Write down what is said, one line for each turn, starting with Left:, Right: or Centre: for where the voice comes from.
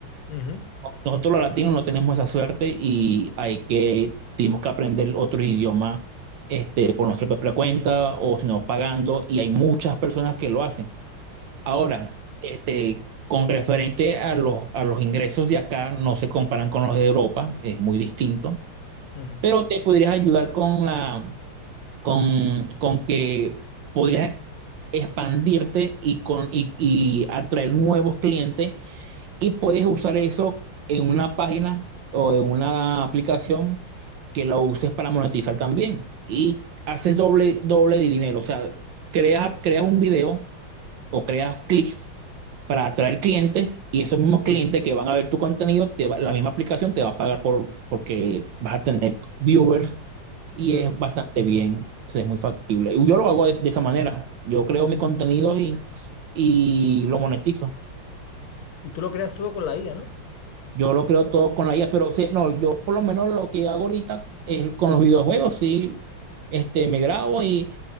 Left: Ujú.
Right: Nosotros los latinos no tenemos esa suerte y hay que, tenemos que aprender otro idioma este, por nuestra propia cuenta o si no pagando y hay muchas personas que lo hacen. Ahora, este, con referente a los, a los ingresos de acá, no se comparan con los de Europa, es muy distinto,
Left: Ujú,
Right: pero te podrías ayudar con la, con, con que podrías expandirte y, con, y, y atraer nuevos clientes y puedes usar eso en una página o en una aplicación que lo uses para monetizar también y haces doble, doble de dinero, o sea, creas, creas un video o creas clics para atraer clientes y esos mismos clientes
Left: ujú,
Right: que van a ver tu contenido, te va- la misma aplicación te va a pagar por, porque vas a tener viewers y
Left: ujú,
Right: es bastante bien, es muy factible. Y Yo lo hago de, de esa manera, yo creo mi
Left: ujú.
Right: contenido y, y lo monetizo.
Left: Y tú lo creas todo con la IA, ¿no?
Right: Yo lo creo todo con la IA, pero sí, no, yo por lo menos lo que hago ahorita es con los videojuegos, sí, este, me grabo y,